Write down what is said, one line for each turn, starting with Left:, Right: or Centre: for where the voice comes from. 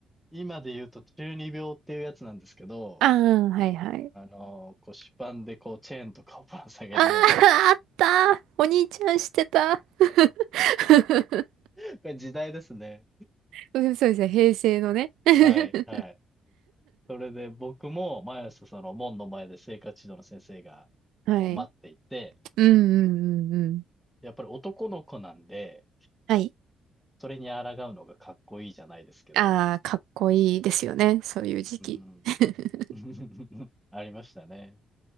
Centre: 今で言うと中二病っていうやつなんですけど、
Right: ああ、はいはい。
Centre: あの、腰パンでこうチェーンとかをぶら下げるような、
Right: ああ、あった。お兄ちゃんしてた。<laughs>
Centre: <laughs> これ時代ですね。
Right: そうそうですね、平成のね。<laughs>
Centre: はい、はい。それで僕も毎朝その門の前で生活指導の先生がもう待っていて、
Right: はい。うんうんうんうん。
Centre: やっぱり男の子なんで、
Right: はい。
Centre: それに抗うのがかっこいいじゃないですけど。
Right: ああ、かっこいいですよね。そういう時期。
Centre: うん。
Right: <laughs>
Centre: <laughs> ありましたね。